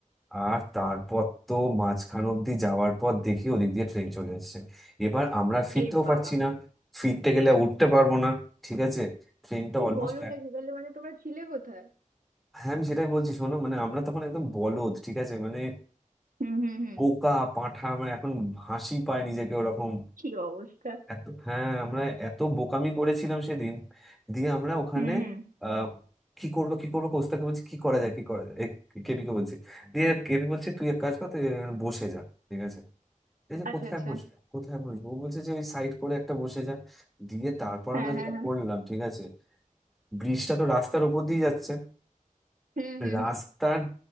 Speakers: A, in the centre; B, on the right.
A: আর তারপর তো মাঝখান অব্দি যাওয়ার পর দেখি ওদিক দিয়ে ট্রেন চলে এসেছে এবার আমরা ফিরতেও
B: এ বাবা
A: পারছি না ফিরতে গেলে উঠতে পারবো না ঠিক আছে ট্রেনটা
B: কি
A: অলমোস্ট
B: বলো
A: প্যাক।
B: ওটা কি তাহলে মানে তোমরা ছিলে কোথায়
A: হ্যাঁ আমি সেটাই বলছি শোনো মানে আমরা তখন একদম বলদ ঠিক আছে মানে
B: হুম হুম হুম
A: পোকা পাঁঠা আমরা এখন হাসি পায় নিজেকে ওরকম
B: কি অবস্থা
A: এত হ্যাঁ আমরা এত বোকামি করেছিলাম সেদিন দিয়ে আমরা ওখানে
B: হুম হুম
A: আহ, কি করবো কি করবো কোস্তাকে বলছি কি করা যায় কি করা যায় কেবি কে বলছি দিয়ে কেবি বলছে তুই এক কাজ কর তুই এখানে বসে যা ঠিক আছে এই যে
B: আচ্ছা
A: কোথায়
B: আচ্ছা
A: বসবো কোথায় বসবো ও বলছে যে ওই সাইড করে একটা বসে যা দিয়ে তারপর
B: হ্যাঁ
A: আমরা
B: হ্যাঁ
A: যেটা
B: হ্যাঁ
A: করলাম ঠিক আছে ব্রিজটা তো রাস্তার ওপর দিয়ে যাচ্ছে
B: হুম হুম
A: রাস্তার
B: হুম